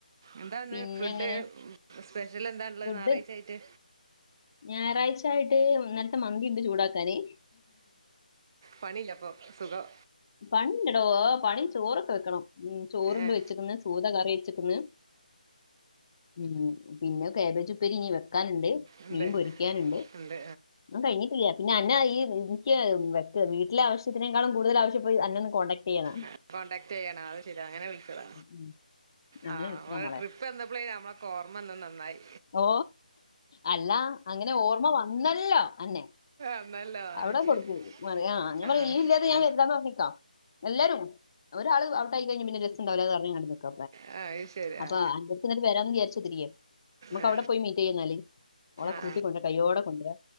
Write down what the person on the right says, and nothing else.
എന്താന്ന്
ഫുഡ്
സ്പെഷ്യല് എന്താള്ളെ
ഞാറാഴ്ച്ച ആയിട്ട്
പണില്ലപ്പൊ സുഖം
ഏ
ഉണ്ട്
ഉണ്ട്
ആ കോണ്ടാക്ട് ചെയ്യണം അയ് ശരി അങ്ങനെ വിൾച്ചത
ആ
ട്രിപ്പ് വന്നപ്പളെനി അമ്മളോക്കെ ഓ ർമ വന്ന നന്നായി
എന്നല്ലോ ആ
ശരി
ആ
ആ
ആ അത് ശരി
ആ
ആ
ആ